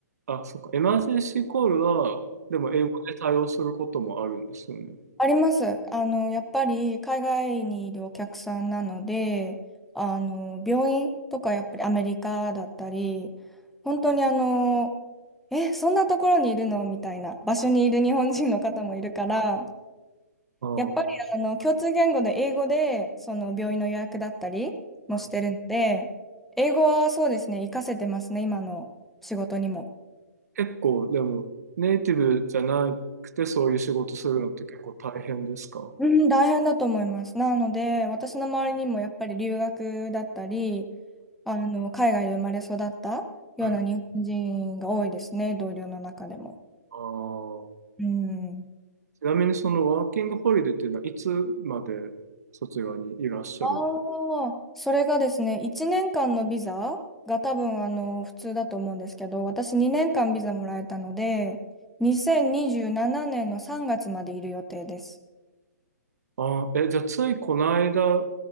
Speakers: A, on the right (about 65°); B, in the centre.
A: あ、そっか、エマージェンシーコールは、でも英語で対応することもあるんですよね。
B: あります。あの、やっぱり海外にいるお客さんなので、あの、病院とかやっぱりアメリカだったり、本当にあの、え、そんなところにいるのみたいな場所にいる日本人の方もいるから、
A: あ
B: やっぱりあの、共通言語で英語で、その病院の予約だったりもしてるので、
A: あ。
B: 英語はそうですね、活かせてますね、今の仕事にも。
A: 結構、でも、ネイティブじゃなくて、そういう仕事するのって結構大変ですか
B: うん、大変だと思います。なので、私の周りにもやっぱり留学だったり、あの、海外で生まれ育ったような日本人が多いですね、
A: はい。
B: 同僚の中でも。
A: あー
B: うん。
A: ちなみに、そのワーキングホリデーっていうのは、いつまでそちらにいらっしゃる
B: ああ、それがですね、1年間のビザが多分あの普通だと思うんですけど、私2年間ビザもらえたので、2027年の3月までいる予定です。
A: あーえ、じゃあ、ついこの間、